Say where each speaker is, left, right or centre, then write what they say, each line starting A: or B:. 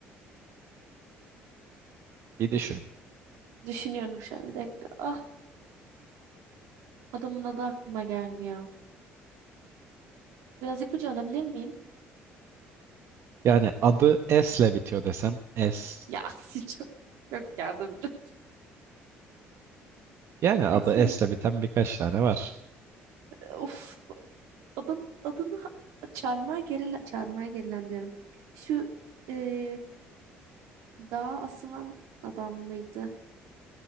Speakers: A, on the right; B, on the right.
A: Bir düşün.
B: düşünüyorum şu an bir dakika. Ah Adamın adı aklıma gelmiyor. Biraz ipucu alabilir miyim?
A: Yani adı S ile bitiyor desem S.
B: Ya <laughs> siz çok, çok yardımcı.
A: Yani adı
B: Esle bitti.
A: S ile biten birkaç tane var.
B: Of adamın adını ha- çarmıha gerilen, çarmıha gerilen diyorum. Şu e, dağa asılan adam mıydı?